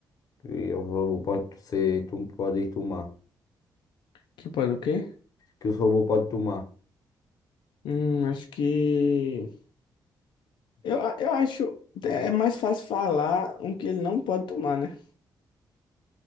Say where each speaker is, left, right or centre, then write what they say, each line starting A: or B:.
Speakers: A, on the left; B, on the left.
A: que o robô pode ser, tu pode tomar,
B: Que pode o quê?
A: que os robôs podem tomar?
B: Hum, acho que. Eu, a- eu acho. É mais fácil falar um que ele não pode tomar, né?